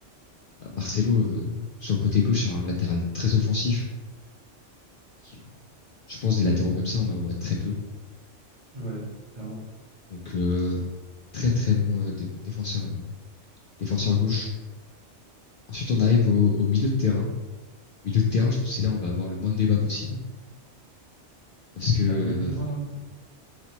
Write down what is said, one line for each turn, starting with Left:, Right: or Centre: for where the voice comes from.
Left: euh, Marcelo, euh, sur le côté gauche, c'est un latéral très offensif. Qui, je pense des latéraux comme ça, on en voit très peu.
Right: Ouais, clairement.
Left: Donc, euh, très très bon euh, dé- défenseur, euh, défenseur gauche. Ensuite, on arrive au, au milieu de terrain. Au milieu de terrain, je pense que c'est là où on va avoir le moins de débat possible. Parce que,
Right: Bah, milieu de terrain,